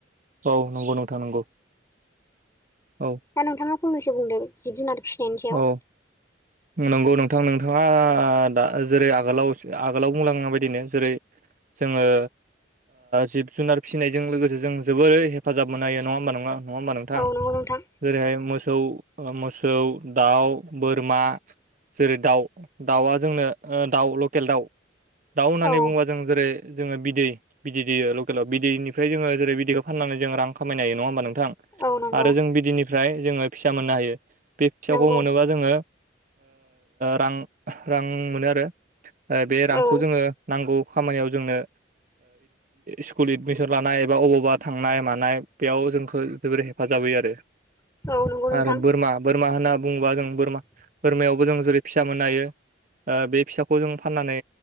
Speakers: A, on the right; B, on the left.
A: औ नंगौ नोंथां नंगौ। औ।
B: दा नोंथाङा फंनैसो बुंदों जिब जुनार फिसिनायनि सायाव
A: औ नंगौ नोंथां नोंथाङा दा जेरै आगोलाव आगोलाव बुंलांनाय बायदिनो जेरै- जोङो। जिब जुनार फिसिनायजों लोगोसे जों जोबोरै हेफाजाब मोननो हायो नङा होमबा नङा? नङा होमबा नोंथां
B: औ नंगौ नोंथां
A: जेरैहाय मोसौ मोसौ। दाउ बोरमा, जेरै दाउ दाउआ जोंनो दाउ लकेल दाउ दाउ होननानै
B: औ
A: बुङोबा। जों जेरै जोङो बिदै बिदि दै लकेलाव बिनिफ्राय जोङो जेरै बिदै खौ फाननानै जों रां खामनो हायो नङा होनबा नोंथां? थां
B: औ नंगौ
A: आरो जों बिदिनिफ्राय जोङो फिसा मोननो हायो। बे फिसाखौ
B: नंगौ
A: मोनोबा जोङो रां रां मोनो आरो। बे रांखौ
B: औ
A: जोङो नांगौ खामानियाव जोंनो स्कुल एडमिसन लानाय एबा अबावबा थांनाय मानाय बेयाव जोंखौ जोबोर हेफाजाब होयो आरो।
B: <inaudible> नंगौ नोंथां
A: आरो बोरमा बोरमा होनना बुङोबा जों बोरमा बोरमायावबो जों जेरै फिसा मोननो हायो। बे फिसाखौ जों फाननानै